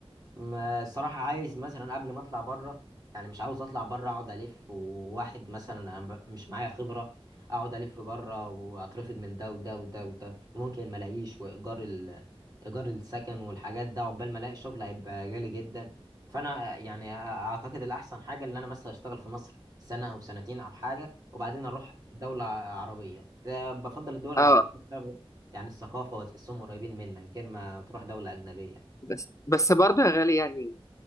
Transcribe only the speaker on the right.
ما الصراحة عايز مثلا قبل ما اطلع بره يعني مش عاوز اطلع بره اقعد الف وواحد مثلا انا ب- مش معايا خبرة اقعد الف بره واترفض من ده وده وده وده ممكن ما الاقيش وايجار ال... ايجار السكن والحاجات ده عقبال ما الاقي شغل هيبقى غالي جدا فانا يعني اعتقد الاحسن حاجة اللي انا مثلا اشتغل في مصر سنة او سنتين او حاجة وبعدين اروح دولة عربية ده بفضل الدول
العربية بسبب يعني الثقافة وتحسهم قريبين منك غير ما تروح دولة أجنبية